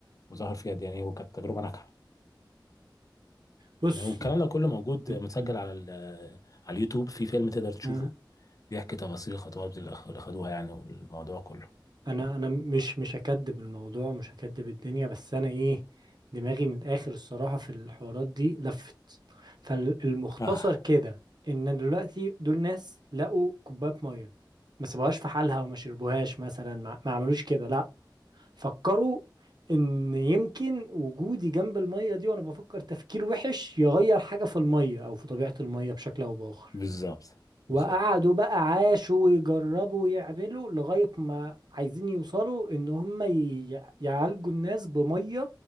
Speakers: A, on the left; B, on the right.
A: وظهر فيها دي يعني وكانت تجربة ناجحة
B: بص
A: تمام والكلام ده كله موجود
B: ال...
A: متسجل
B: ال...
A: على ال- على اليوتيوب في فيلم تقدر تشوفه
B: آه.
A: بيحكي تفاصيل الخطوات اللي خ- اللي خدوها يعني والموضوع كله
B: أنا أنا مش مش هكدب الموضوع مش هكدب الدنيا بس أنا إيه دماغي من الآخر الصراحة في الحوارات دي لفت فالمختصر
A: اه
B: كده إن دلوقتي دول ناس لقوا كوباية مية ما سابوهاش في حالها وما شربوهاش مثلا ما, ما عملوش كده لا فكروا ان يمكن وجودي جنب المية دي وانا بفكر تفكير وحش يغير حاجة في المية او في طبيعة المية بشكل او باخر
A: بالظبط
B: وقعدوا
A: بالظبط
B: بقى عاشوا ويجربوا ويعملوا لغاية ما عايزين يوصلوا ان هم ي- يعالجوا الناس بمية